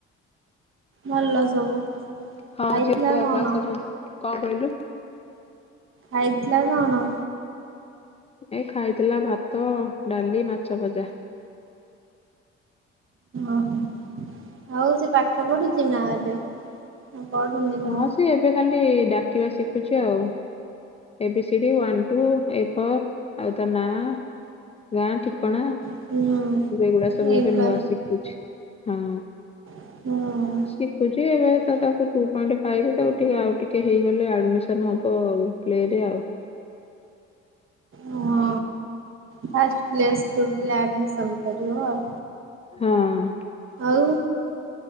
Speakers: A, on the right (about 40°); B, on the left (about 20°).
A: ଭଲ ସବୁ।
B: ହଁ
A: ଖାଇଥିଲା
B: ଝିଅ ପୁଅ ହେକା
A: କଣ?
B: ସବୁ କଣ କହିଲୁ?
A: ଖାଇଥିଲା କଣ?
B: ଏ ଖାଇଥିଲା ଭାତ, ଡାଲି, ମାଛ ଭଜା।
A: ଓହୋ ଆଉ ସେ ପା ଠ ପଢୁଚି ନା ଏବେ? ପଢୁନି ଜମା
B: ହଁ ସେ ଏବେ ଖାଲି ଡାକିବା ଶିଖୁଛି ଆଉ। A B C D one two A four ଆଉ ତା ନାଁ ଗାଁ ଠିକଣା।
A: ହୁଁ।
B: ଏଗୁଡା ସବୁ
A: ଏଇ
B: ଏବେ
A: ବା
B: ନୂଆ ଶିଖୁଛି ହଁ।
A: ହୁଁ।
B: ଶିଖୁଛି ଏବେ ତ ତାକୁ ଟୁ ପଏନଟ୍ ଫାଇଭ ତାକୁ ଟିକେ ଆଉ ଟିକେ ହେଇଗଲେ ଆଡମିସନ ହେବ ଆଉ। ପ୍ଲେ ରେ ଆଉ।
A: ହଁ ଫାଷ୍ଟ ପ୍ଲେ ସ୍କୁଲରେ ଆଡମିଶନ୍ କରିବ ଆଉ।
B: ହଁ।
A: ଆଉ